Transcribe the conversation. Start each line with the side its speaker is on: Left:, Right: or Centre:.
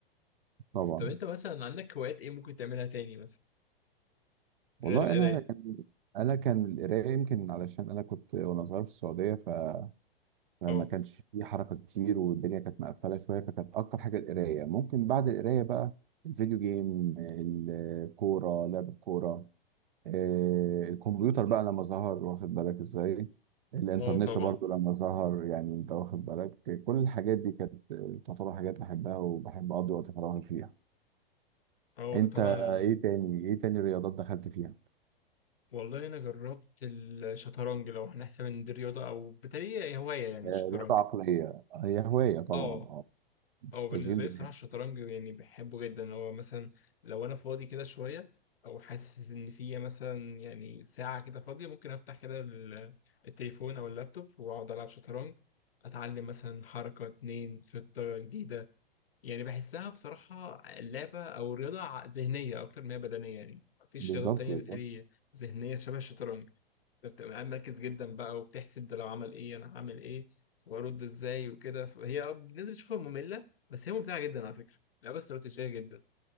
Right: طبعا
Left: طب انت مثلا عندك هوايات ايه ممكن تعملها تاني مثلا
Right: والله
Left: غير القراية
Right: أنا كان أنا كان القراية يمكن علشان أنا كنت وأنا صغير في السعودية ف... فما
Left: اه
Right: كانش في حركة كتير والدنيا كانت مقفلة شوية فكانت أكتر حاجة القراية ممكن بعد القراية بقى الفيديو جيم الكورة لعب الكورة آه، الكمبيوتر بقى لما ظهر واخد بالك ازاي الانترنت
Left: اه طبعا
Right: برضو لما ظهر يعني انت واخد بالك كل الحاجات دي كانت آه، تعتبر حاجات بحبها وبحب اقضي وقت فراغي فيها
Left: اه
Right: انت
Left: طبعا
Right: ايه تاني ايه تاني رياضات دخلت فيها
Left: والله انا جربت الشطرنج لو هنحسب ان دي رياضة او بالتالي هي هواية يعني
Right: آه،
Left: الشطرنج
Right: رياضة عقلية هي هواية طبعا
Left: اه
Right: اه
Left: او بالنسبه
Right: تشغيل
Left: لي بصراحه
Right: دماغ
Left: الشطرنج يعني بحبه جدا اللي هو مثلا لو انا فاضي كده شويه او حاسس ان في مثلا يعني ساعه كده فاضيه ممكن افتح كده ال- التليفون او اللابتوب واقعد العب شطرنج اتعلم مثلا حركه اتنين خطه جديده يعني بحسها بصراحه لعبه او رياضه ع- ذهنيه اكتر ما هي بدنيه يعني مفيش
Right: بالظبط
Left: رياضات تانية
Right: بالظبط
Left: بتهيألي ذهنيه شبه الشطرنج بتبقى قاعد مركز جدا بقى وبتحسب ده لو عمل ايه انا هعمل ايه وارد ازاي وكده فهي اه بالنسبه تشوفها ممله بس هي ممتعه جدا على فكره لعبه استراتيجيه جدا